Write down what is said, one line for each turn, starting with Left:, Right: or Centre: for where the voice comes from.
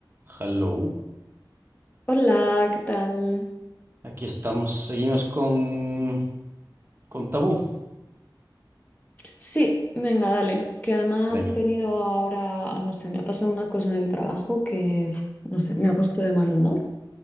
Right: Hello,
Left: Hola, ¿qué tal?
Right: aquí estamos, seguimos con, con Tabú.
Left: Sí, venga, dale. Que además
Right: Venga,
Left: he tenido ahora, no sé, me ha pasado una cosa en el trabajo que, uf, no sé, me ha puesto de mal humor